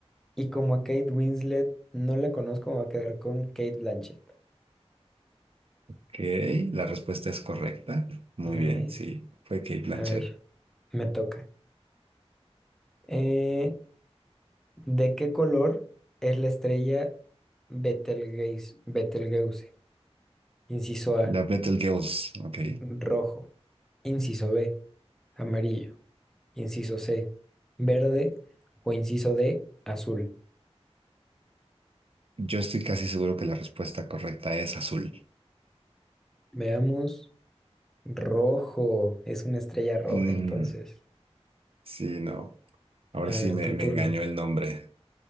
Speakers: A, in the centre; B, on the right (about 60°).
A: Y como a Kate Winslet no la conozco, me voy a quedar con Kate Blanchett.
B: Ok, la respuesta es correcta. Muy
A: Nice.
B: bien, sí, fue Kate Blanchett.
A: A ver, me toca. Eh, ¿De qué color es la estrella Betelgeuse? Betelgeuse. Inciso A,
B: La Betelgeuse, ok.
A: rojo. Inciso B, amarillo. Inciso C, verde. O inciso D, azul.
B: Yo estoy casi seguro que la respuesta correcta es azul.
A: Veamos. Rojo. Es una estrella roja,
B: Mm,
A: entonces.
B: sí, no. Ahora
A: A
B: sí
A: ver,
B: me,
A: tu
B: me
A: turno.
B: engañó el nombre.